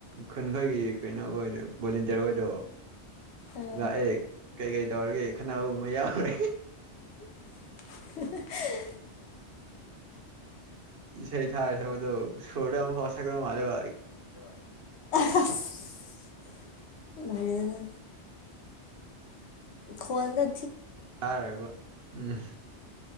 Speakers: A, on the right; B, on the left.
A: ꯈꯨꯟ ꯈꯣꯏꯒꯤ ꯀꯩꯅꯣ ꯑꯣꯏ ꯚꯣꯂꯦꯟꯇꯤꯌꯥꯔ ꯑꯣꯏꯗꯣ
B: ꯎꯝ
A: ꯂꯥꯛꯑꯦ ꯀꯩ ꯀꯩ ꯇꯧꯔꯒꯦ ꯈꯟꯅꯕꯒꯨꯝꯕ ꯌꯥꯎꯔꯦ
B: <unintelligible>
A: ꯁꯦ ꯊꯥꯔ ꯁꯕꯗꯨꯣ ꯁꯔꯗ ꯑꯃ ꯐꯁ ꯊꯗ ꯃꯥꯜꯦ ꯋꯥ
B: <unintelligible> ꯂꯔꯦꯗꯅ ꯈꯋꯥꯟꯗ
A: ꯌꯥꯔꯦꯣ ꯎꯝ